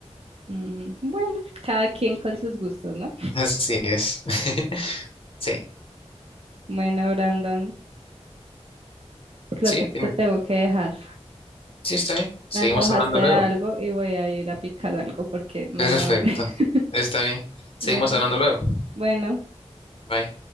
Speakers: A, on the right; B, on the left.
A: Mm, bueno, cada quien con sus gustos, ¿no?
B: Así es. <laughs> Sí,
A: Bueno, Brandon, creo
B: sí,
A: que te
B: dime.
A: tengo que dejar.
B: Sí, está bien. Seguimos
A: Me antojaste
B: hablando luego.
A: de algo y voy a ir a picar algo porque me
B: Perfecto.
A: dio hambre. <laughs>
B: Está bien. Seguimos
A: Bueno,
B: hablando luego.
A: bueno,
B: Bye.